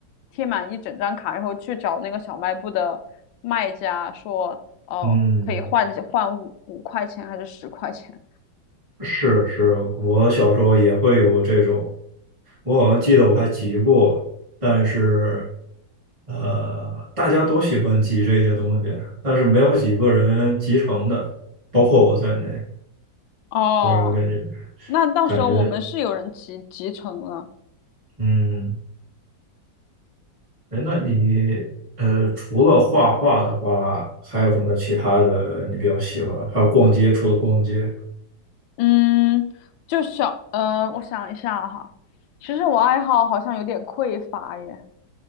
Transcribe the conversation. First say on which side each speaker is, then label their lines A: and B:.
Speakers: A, on the left; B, on the right.
A: 贴满一整张卡，然后去找那个小卖部的卖家说。哦，
B: 嗯，
A: 可以换换五五块钱还是十块钱？
B: 是是，我小时候也会有这种，我好像记得我还集过，但是呃，大家都喜欢集这些东西，但是没有几个人集成的，包括我在内，
A: 哦，
B: 就是感觉
A: 那到时候我们是有人集集成了。
B: 感觉嗯，哎，那你呃，除了画画的话，还有什么其他的你比较喜欢？还有逛街，除了逛街，
A: 嗯，就小呃，我想一下哈，其实我爱好好像有点匮乏耶，